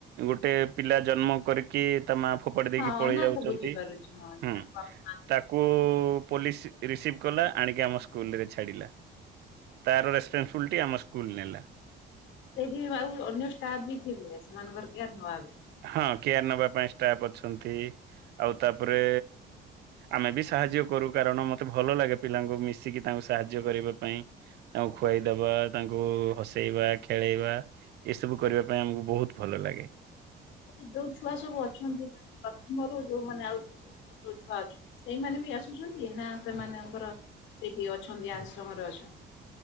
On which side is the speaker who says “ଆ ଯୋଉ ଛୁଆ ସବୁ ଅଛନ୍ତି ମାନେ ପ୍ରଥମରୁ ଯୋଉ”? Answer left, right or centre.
Left